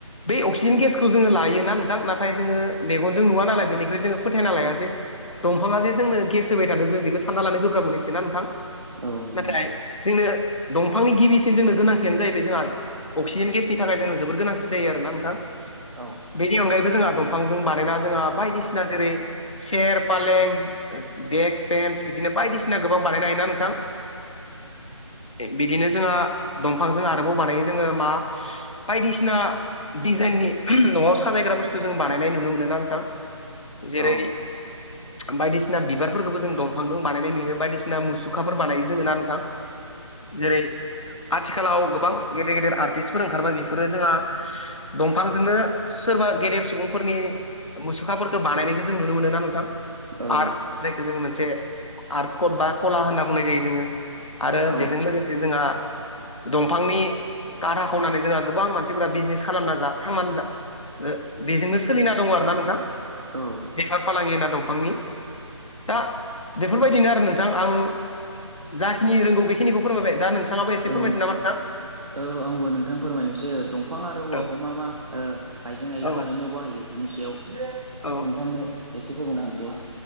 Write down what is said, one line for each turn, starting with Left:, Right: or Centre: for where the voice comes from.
Left: बे अक्सिजेन गेसखौ जोङो लायोना नोंथां नाथाय जोङो मेगनजों नुवा नालाय बेनिख्रुइ जों जों फोथायना लाया जे दंफाङा जे जोंनो गेस होबाय थादों जों बेखौ सानना लानो गोब्राब मोनहैसै ना नोंथां?
Right: औ नंगौ
Left: नाथाय
Right: नोंथां
Left: जोंनो दंफांनि गिबिसिन जोंनो गोनांथियानो जाहैबाय जोंहा अक्सिजेन गेसनि थाखाय जोंङो जोबोर गोनांथि जायो आरोना नोंथां।
Right: औ
Left: बेनि अनगायैबो जोंहा दंफांजों बानायना जोंहा बायदिसिना जेरै सेर, फालें देक्स, बेन्स बिदिनो बायदिसिना गोबां बानायनो हायोना नोंथां बिदिनो जोंहा दंफांजों आरोबाव बानायो जोङो मा बायदिसिना दिजा इननि न'आव सायग्रा बुस्थु जों बानायनाय नुनो मोनोना नोंथां जेरै
Right: औ
Left: बायदिसिना बिबार बेफोरखौबो जों दंफांदों बानायनाय नुयो बायदिसिना मुसुखाफोर बानायो जोङो ना नोंथां जेरै आथिखालाव गोबां गेदेर गेदेर आर्टिस्टफोर ओंखारबाय बेफोरो जोंहा दंफांजोंनो सोरबा गेदेर सुबुंफोरनि मुसुखाफोरखौ बानायनायखो जों नुनो मोनो ना नोंथां
Right: औ
Left: आर्थ जायखौ जोङो मोनसे आर्ट कड बा कला होनना बुंनाय जायो जोङो आरो
Right: औ
Left: बेजों लोगोसे जोंहा दंफांनि कारा खनानै जोंहा गोबां मानसिफोरा बिजनेस खालामना जा थांनानै दा बेजोंनो सोलिना दङ' आरो ना नोंथां
Right: औ
Left: बेफार फालांगि होना दंफांनि दा बेफोर बायदिनो आरो नोंथां आं जाखिनि रोंगौ बेखिनिखौ फोरमायबाय दा नों थाङोबो एसे
Right: नोंथां
Left: फोरमायदों नामा नोंथां
Right: औ आंबो नोंथां फोरमायनोसै दंफां आरो औवाखौ
Left: औ
Right: मा मा ओ आइजें आयला
Left: औ
Right: बानायनायाव बाहायो बेफोरनि सायाव नोंथांनो
Left: औ
Right: एसे फोरमायनो होनसै